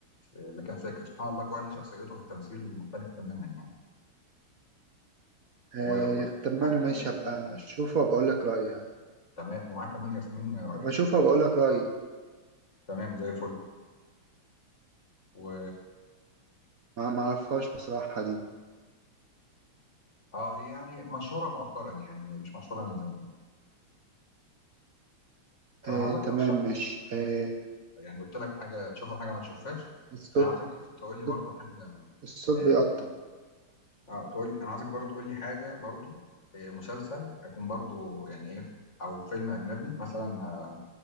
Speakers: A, on the left; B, on the right.
A: آه، لكن فاكر سبحان الله كل واحد له شخصيته في التمثيل مختلفه تماما يعني و-
B: آه
A: و-
B: تمام
A: ومعاه كمان
B: ماشي
A: ياسمين
B: هبقى اشوفه وبقول لك رأيي يعني
A: تمام ومعاه كمان ياسمين رئيس
B: هبقى اشوفه وبقول لك رأيي
A: تمام زي الفل و
B: ما ما اعرفهاش بصراحة دي
A: اه هي يعني مشهوره مؤخرا يعني مش مشهوره من زمان طب
B: آه
A: انا عاوزك
B: تمام
A: ترشح لي
B: ماشي آه
A: يعني قلت لك حاجه تشوفها حاجه ما تشوفهاش
B: الصوت
A: انا عاوزك ت-
B: الصوت
A: تقول لي برضو حاجه
B: الصوت
A: اه
B: بيقطع
A: آه، تقول انا عاوزك برضو تقول لي حاجه برضو آه، مسلسل اكون برضو يعني ايه او فيلم اجنبي مثلا ما